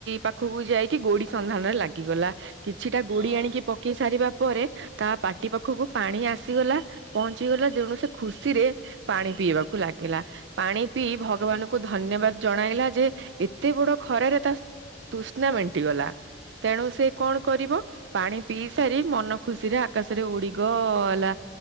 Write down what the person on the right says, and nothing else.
ପାଖକୁ ଯାଇକି ଗୋଡି ସନ୍ଧାନରେ ଲାଗିଗଲା। କିଛିଟା ଗୋଡି
ଆଣିକି ପକେଇ ସାରିବା ପରେ, ତା ପାଟି ପାଖକୁ ପାଣି ଆସିଗଲା ପହଞ୍ଚି ଗଲା, ତେଣୁ ସେ ଖୁସିରେ ପାଣି ପିଇବାକୁ ଲାଗିଲା, ପାଣି ପିଇ
ଭଗବାନ୍ କୁ ଧନ୍ୟବାଦ ଜଣାଇଲା ଯେ, ଏତେ ବଡ ଖରାରେ ତା ତୁସ୍ନା ମେଣ୍ଟି ଗଲା। ତେଣୁ ସେ କଣ କରିବ, ପାଣି ପିଇ ସାରି ମନ ଖୁସିରେ ଆ ଆକାଶରେ ଉଡିଗ
ଅଲା,